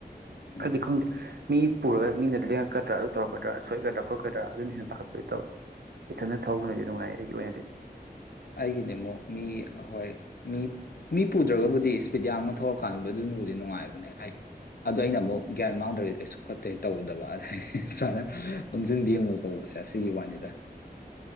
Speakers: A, on the left (about 65°); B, on the right (about 75°).
A: ꯎꯝ
B: ꯑꯩꯅꯥ ꯈꯡꯕꯩ ꯃꯤ ꯄꯨꯔꯒ ꯃꯤ ꯅ ꯀꯀꯗ꯭ꯔꯥ ꯑꯗꯨ ꯇꯧꯔꯛꯀ꯭ꯔꯥꯣꯏꯒꯗ꯭ꯔꯥ ꯈꯣꯠꯀꯗ꯭ꯔꯥ ꯑꯗꯨ ꯍꯦꯟꯅ ꯄꯥꯈꯠꯄꯤꯗꯨ ꯇꯧꯋꯏ ꯏꯊꯟꯅ ꯊꯧꯕꯅꯗꯤ ꯅꯨꯡꯉꯥꯏ ꯑꯩꯒꯤ ꯑꯣꯏꯅꯗꯤ
A: ꯑꯩꯒꯤꯅꯦ ꯑꯃꯨꯛ ꯃꯤ ꯍꯣꯏ ꯃꯤ ꯃꯤ ꯄꯨꯗ꯭ꯔꯒꯕꯨꯗꯤ ꯏꯁꯄꯤꯠꯌꯥꯡꯅ ꯊꯧꯔꯀꯥꯟꯗ ꯑꯗꯨꯅꯕꯨꯗꯤ ꯅꯨꯡꯉꯥꯏꯕꯅꯦ ꯍꯥꯏꯗꯤ ꯑꯗꯣ ꯑꯩꯅ ꯑꯃꯨꯛ ꯒ꯭ꯌꯥꯟ ꯃꯥꯡꯗ꯭ꯔꯒꯗꯤ ꯀꯩꯁꯨ ꯀꯠꯇꯦ ꯇꯧꯗꯕꯗꯤ ꯁꯨꯃꯥꯏꯅ ꯑꯣꯟꯁꯤꯟꯕꯤ ꯌꯦꯡꯉꯨꯛ ꯇꯧꯕꯁꯦ ꯑꯁꯤꯒꯤ ꯋꯥꯅꯤꯗ